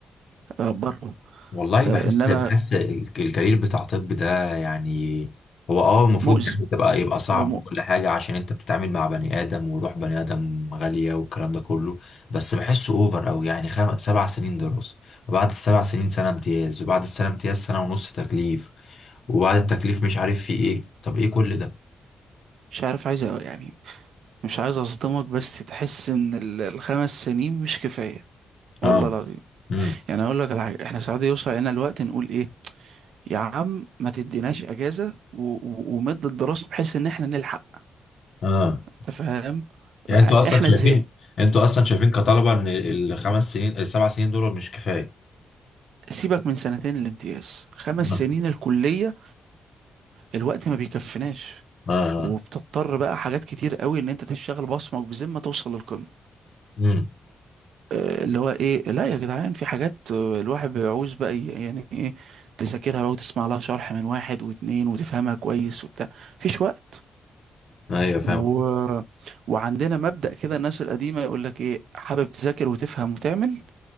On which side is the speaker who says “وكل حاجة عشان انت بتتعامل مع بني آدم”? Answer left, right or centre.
Left